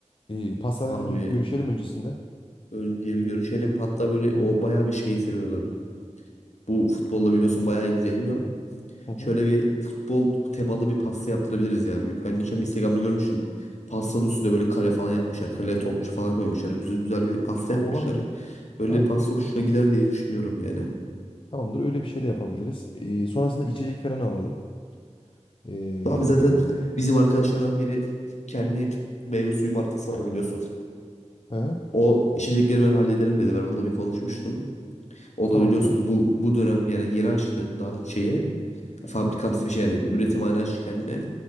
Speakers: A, on the left; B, on the left.
A: e, pastanelerle
B: Abi
A: bir görüşelim öncesinde.
B: önce bir görüşelim. Hatta böyle
A: Hı
B: o
A: hı.
B: bayağı bir şeyi seviyordu. Bu futbolla biliyorsun bayağı ilgileniyor.
A: Hı hı.
B: Şöyle bir futbol temalı bir pasta yaptırabiliriz ya büyük. Ben geçen bir Instagram'da görmüştüm. Pastanın üstüne böyle kale falan yapmışlar. Kale topçu falan koymuşlar. Güzel, güzel bir pasta
A: Abi
B: yapmışlar.
A: olabilir.
B: Öyle
A: Aynen.
B: bir pasta hoşuna gider diye düşünüyorum yani.
A: Tamamdır. Öyle bir şey de yapabiliriz. Ee, sonrasında içecek falan alalım. Ee,
B: Abi zaten bizim arkadaşlardan biri kendi meyve suyu markası var biliyorsun.
A: he,
B: O içecekleri ben hallederim dedi. Ben onunla bir konuşmuştum. O
A: tamamdır.
B: da biliyorsun bu bu dönem yani yeni açtı daha şeye. Fabrikamsı bir şey yani üretim aynı açtı kendine.